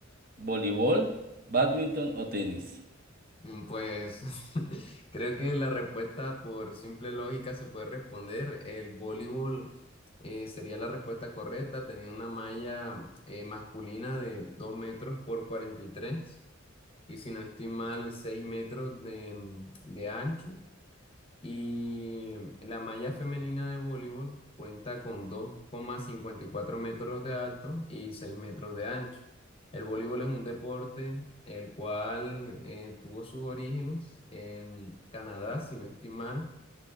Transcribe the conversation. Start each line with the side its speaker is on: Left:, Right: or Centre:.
Right: ¿Voleibol, bádminton o tenis?
Left: Mm, Pues <laughs> creo que la respuesta por simple lógica se puede responder. El voleibol eh, sería la respuesta correcta. Tenía una malla eh, masculina de 2 metros por 43. y si no estoy mal, 6 metros de, de ancho. Y la malla femenina de voleibol cuenta con dos coma cincuenta y cuatro metros de alto y 6 metros de ancho. El voleibol es un deporte el cual eh, tuvo sus orígenes en Canadá, si no estoy mal,